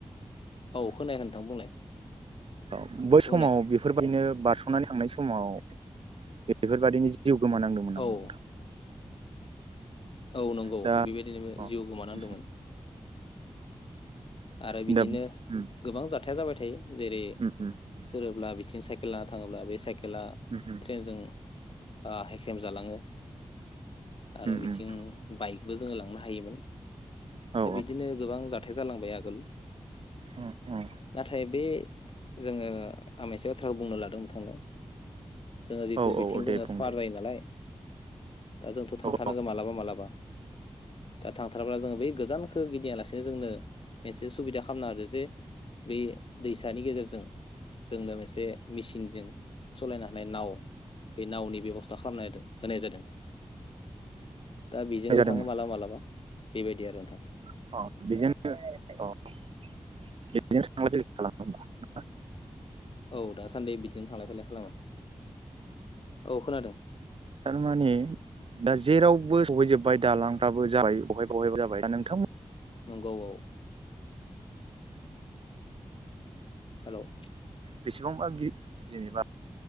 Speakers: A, on the left; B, on the right.
A: औ खोनायाखै नोंथां बुंलाय
B: औ बै समाव
A: बुंलाय
B: बेफोरबायदिनो बारसनानै थांनाय समाव जिउ गोमानांदोंमोन नामा
A: औ
B: नोंथां?
A: औ नंगौ
B: दा
A: बेबायदिनो
B: अ
A: जिउ गोमानांदोंमोन आरो
B: दा
A: बिदिनो
B: उम
A: गोबां जाथाया जाबाय थायो जेरै
B: उम उम
A: सोरोब्ला लाना थाङोब्ला बे साइकेल खेला
B: उम
A: ट्रेन जों ओ हेख्रेम जालाङो आरो
B: उम
A: बिथिं
B: उम
A: बाइकबो जोङो लांनो हायोमोन <inaudible>
B: औ
A: दा बिदिनो गोबां जा थाइ जालांबाय आ गोल
B: औ
A: नाथाय बे जोङो आं मोनसे बाथ्रा बुंनो लादों नोथांनो। जोङो जिथु
B: औ औ
A: बिथिं
B: औ दे
A: जोङो
B: बुं
A: फार
B: दे
A: जायो नालाय दा जोंथ थांथारनांगोन
B: औ
A: मालाबा मालाबा दा थांथारबा जोङो बे गोजानखो गिदिङालासे जोंनो मोनसे सुबिदा खालामना होदो जे बे दैसानि गेजेरजों जोंनो मोनसे मेचिनजों सलायनो हानाय नाव बे नावनि बेबस्था खालामना होदों होनाय जादों। दा बिजोंनो
B: जादोंमोन
A: थाङो मालाबा मालाबा। बेबायदि आरो नोंथां।
B: अ बेजोंनो अ बेजोंनो थांलाय फैलाय खालामो होमबा ना
A: औ दासान्दि बिदिनो थांलाय फैलाय खालामो। औ खोनादों।
B: थारमाने दा जेरावबो सहैजोबबाय दालांफ्राबो जाबाय बहायबा बहायबा जाबाय दा नोंथांमोन
A: नंगौ औ हेल'
B: बेसेबांबा गि जेनेबा